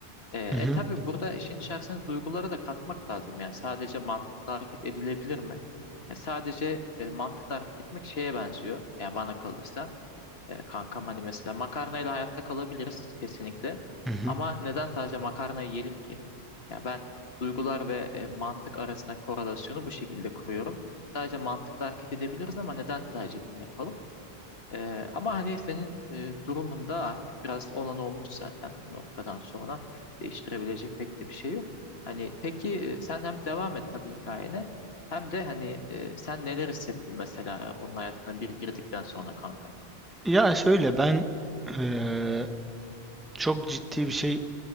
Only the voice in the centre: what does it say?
hı hı,
hı hı.
Ya şöyle ben ee, çok ciddi bir şey